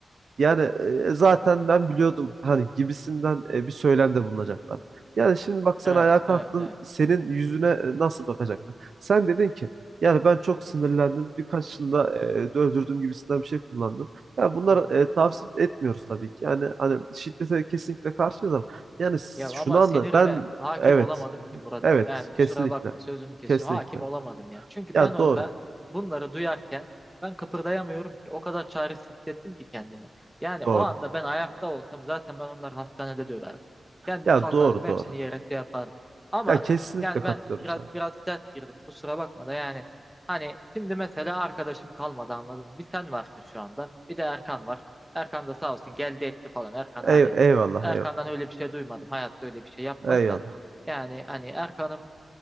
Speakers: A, on the right; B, in the centre.
A: yani e, zaten ben biliyordum hani gibisinden e, bir söylemde bulunacaklar. Yani şimdi bak sen
B: Evet,
A: ayağa kalktın
B: evet, evet.
A: senin yüzüne
B: Hı hı.
A: e, nasıl bakacaklar? Sen dedin ki yani ben çok sinirlendim birkaçını da e, öldürdüm gibisinden bir şey kullandın. Yani bunları
B: Hı hı.
A: e, tavsiye etmiyoruz tabii ki. Yani hani şiddete kesinlikle karşıyız ama yani
B: Ya ama
A: şunu anla
B: sinirime
A: ben
B: hakim
A: evet
B: olamadım ki Murat'ım.
A: evet
B: Yani kusura
A: kesinlikle
B: bakma sözünü kesiyorum.
A: kesinlikle
B: Hakim olamadım ya. Çünkü
A: ya
B: ben orada
A: doğru
B: bunları duyarken ben kıpırdayamıyorum ki. O kadar çaresiz hissettim ki kendimi. Yani
A: doğru
B: o anda ben ayakta olsam zaten ben onları hastanede döverdim. Kendim
A: ya
B: kalkardım
A: doğru
B: hepsini
A: doğru
B: yere şey yapardım. Ama
A: ya kesinlikle
B: yani
A: katılıyorum
B: ben biraz
A: sana.
B: biraz sert girdim. Kusura bakma da yani hani şimdi mesela arkadaşım kalmadı anladın mı? Bir sen varsın şu anda. Bir de Erkan var. Erkan da sağ olsun geldi etti falan. Erkan hani
A: Ey, eyvallah
B: Erkan'dan
A: eyvallah
B: öyle bir şey duymadım. Hayatta öyle bir şey yapmaz
A: eyvallah.
B: da. Yani hani Erkan'ım